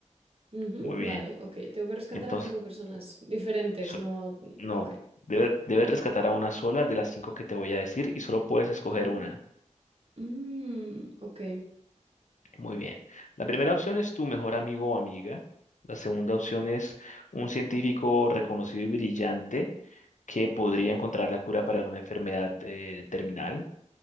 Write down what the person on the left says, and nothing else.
Muy bien.
Entonces,
so-
no,
debe- debes rescatar a una sola de las cinco que te voy a decir y solo puedes escoger
una.
Muy bien. La primera opción es tu mejor amigo o amiga. La segunda opción es un científico reconocido y brillante que podría encontrar la cura para alguna enfermedad eh, terminal.